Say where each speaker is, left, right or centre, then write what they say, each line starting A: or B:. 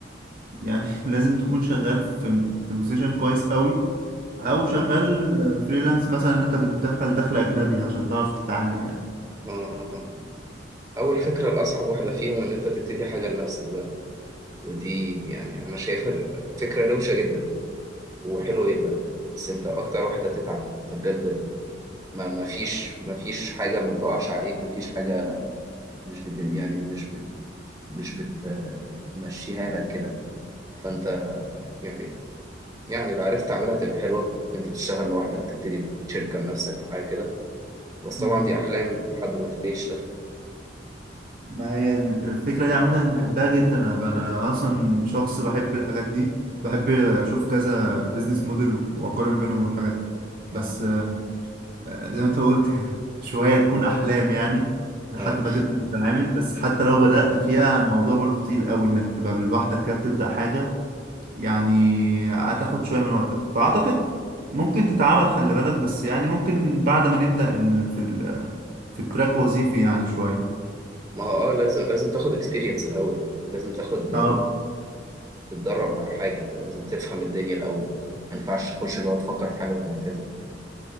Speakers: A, on the right (about 50°); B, on the right (about 20°).
A: يعني <laughs> لازم تكون شغال في في بوزيشن كويس قوي او شغال
B: اه
A: فريلانس مثلا ان انت بتدخل دخل اجنبي عشان تعرف تتعامل
B: اه اه اول فكره الاصعب واحده فيهم ان انت تبتدي حاجه لنفسك بقى ودي يعني انا شايفها فكره روشه جدا وحلوه جدا بس انت اكتر واحد هتتعب انت بجد ما ما فيش ما فيش حاجه ما بتقعش عليك ما فيش حاجه مش بت يعني مش بت مش بتمشيها لك كده فانت يعني يعني لو عرفت تعملها تبقى حلوه إن انت تشتغل لوحدك تبتدي شركه لنفسك او حاجه كده بس طبعا
A: يعني
B: دي احلام لحد ما تبتدي تشتغل
A: ما هي الفكرة دي عامة بحبها جدا أنا أنا أصلا شخص بحب الحاجات دي بحب أشوف كذا بيزنس موديل وأقارن بينهم والحاجات دي
B: اه
A: بس آه، زي ما أنت قلت <laughs> شوية تكون أحلام يعني لحد
B: اه
A: ما تبدأ تتعامل بس حتى لو بدأت فيها الموضوع برضو تقيل قوي إنك تبقى لوحدك كده بتبدأ حاجة يعني هتاخد شوية من وقتك فأعتقد ممكن تتعامل خلي بالك بس يعني ممكن بعد ما نبدأ إن في ال- في التراك وظيفي يعني شوية
B: ما هو اه لازم لازم تاخد اكسبيرينس الاول لازم تاخد
A: اه
B: تتدرب على حاجة ت- لازم تفهم الدنيا الأول ما ينفعش تخش اللي هو تفكر في حاجة وتنفذها